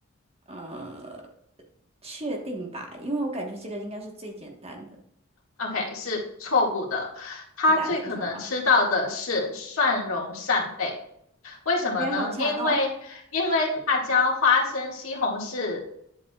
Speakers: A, on the right (about 30°); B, on the left (about 85°).
A: 呃，确定吧，因为我感觉这个应该是最简单的。
B: OK，是错误的。他最可能吃到的是蒜蓉扇贝，
A: 你打的是什么？
B: 为什么呢？
A: 我也好馋哦。
B: 因为因为辣椒、花生、西红柿、